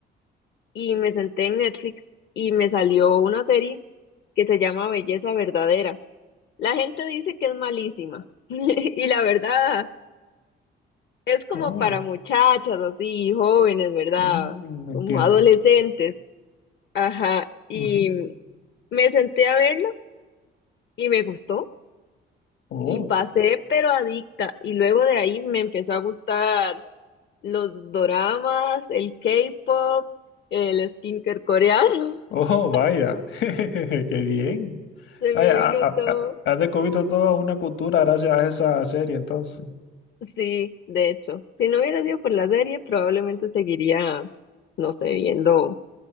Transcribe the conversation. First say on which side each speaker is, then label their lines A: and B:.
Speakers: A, on the left; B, on the left.
A: y me senté en Netflix y me salió una serie que se llama Belleza Verdadera. La gente dice que es malísima <laughs> y la verdad es como
B: Oh,
A: para muchachas así, jóvenes, ¿verdad?
B: mm, entiendo.
A: Como adolescentes. Ajá, y
B: Ujú.
A: me senté a verlo y me gustó
B: Oh,
A: y pasé pero adicta y luego de ahí me empezó a gustar los doramas, el K-pop, el skincare coreano,
B: oh,
A: <laughs>
B: vaya. <laughs> Qué bien.
A: se
B: Vaya,
A: me vino
B: ha- ha-
A: todo.
B: ha- has descubierto toda una cultura gracias a esa serie, entonces.
A: Sí, de hecho, si no hubiera sido por la serie, probablemente seguiría, no sé, viendo